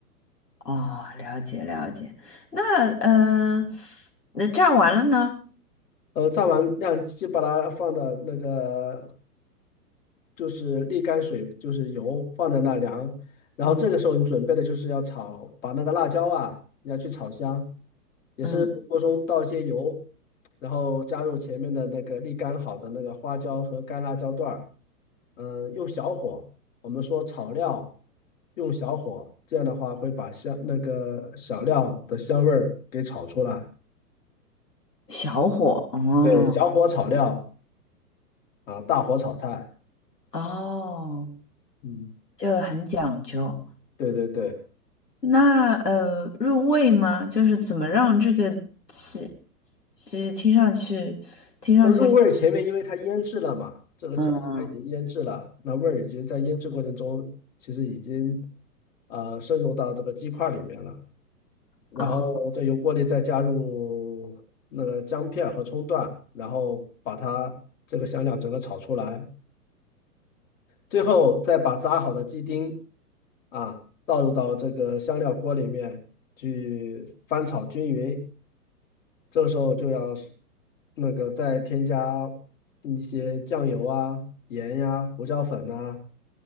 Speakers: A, on the left; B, on the left.
A: 哦，了解了解，那嗯，呃那炸完了呢？
B: 呃，炸完晾，就把它放到那个就是沥干水，就是油放在那凉。然后这个时候你准备的就是要炒，
A: 嗯
B: 把那个辣椒啊，你要去炒香，也是锅中倒一些油，
A: 嗯，
B: 然后加入前面的那个沥干好的那个花椒和干辣椒段儿，嗯，用小火，我们说炒料用小火，这样的话会把香那个小料的香味儿给炒出来。
A: 小火，哦
B: 对，小火炒料啊，大火炒菜。
A: 哦。
B: 嗯，
A: 这很讲究。
B: 对对对，
A: 那呃，入味吗？就是怎么让这个其其实听上去听上去，
B: 那入味儿前面因为它腌制了嘛，这个鸡精它已经腌制了，
A: 嗯嗯
B: 那味儿已经在腌制过程中其实已经呃渗入到这个鸡块儿里面了，然后再由锅里再加入那个姜片儿和葱段，
A: 啊，
B: 然后把它这个香料整个炒出来，最后再把炸好的鸡丁啊倒入到这个香料锅里面去翻炒均匀，这个时候就要是那个再添加一些酱油啊、盐呀、胡椒粉呐